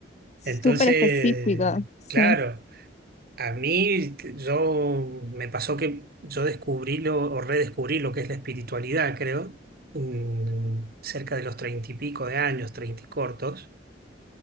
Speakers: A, on the left; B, on the right.
A: súper
B: Entonces,
A: específico, sí.
B: claro, a mí t- yo me pasó que yo descubrí lo, o redescubrí lo que es la espiritualidad, creo, mm, cerca de los treinta y pico de años, treinta y cortos,